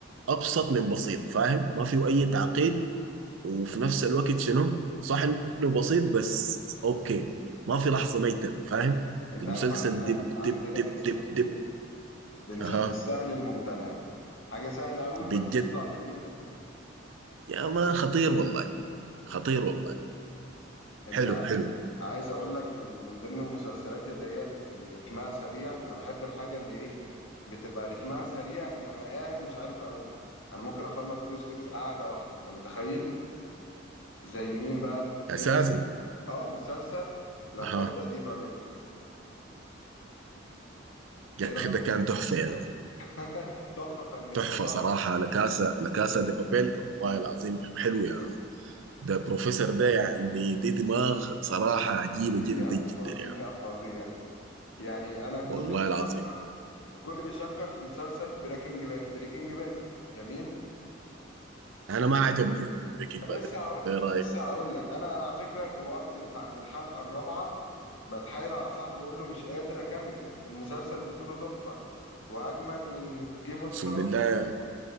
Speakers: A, on the right (about 80°); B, on the left (about 80°).
A: ابسط من بسيط فاهم ما فيه اي تعقيد وفي نفس الوقت شنو صح انه بسيط بس اوكي ما في لحظه ميته فاهم
B: انت
A: المسلسل
B: عارف عندنا
A: دب
B: عندنا
A: دب دب
B: بنسميه
A: دب
B: ايه
A: دب
B: بنسميه
A: اها
B: السهل الممتنع حاجة سهلة قوي
A: بجد
B: بس تطلع جميلة
A: يا مان خطير والله خطير والله
B: انت
A: حلو
B: عايز
A: حلو
B: عايز اقول لك ال- من ضمن المسلسلات اللي هي ال- اللي رتمها سريع انا بحب الحاجه اللي ايه بتبقى رتمها سريع ان انا قاعد مش عارف اقوم انا ممكن اخلص جزء في قعده واحده انت متخيل زي مين بقى
A: اساسا
B: فيلم اه مسلسل لا
A: اها
B: كاسا دي بابل
A: يا
B: ايه رايك
A: اخي ده كان تحفه يا مان.
B: <laughs> تحفه فنيه
A: تحفه
B: صح
A: صراحه لكاسا لكاسا دي بابيل والله العظيم حلو يا مان. ده بروفيسور ده يعني دي دماغ صراحه عجيبه
B: فظيع
A: جدا جدا
B: فظيع
A: يا مان.
B: فظيع يعني انا كل
A: والله
B: بيشكر
A: العظيم
B: كل بيشكر في مسلسل بريكنج باد بريكنج باد جميل
A: انا ما عجبني يا مان بريكنج باد
B: لسه هقول
A: ايه
B: لك
A: رايك
B: لسه هقول لك انا انا على فكره وقفت في عند الحلقه الرابعه بتحايل على صاحبي بقول له مش قادر اكمل المسلسل بطوله تحفه واجمد من جيم اوف
A: اقسم
B: ثرونز
A: بالله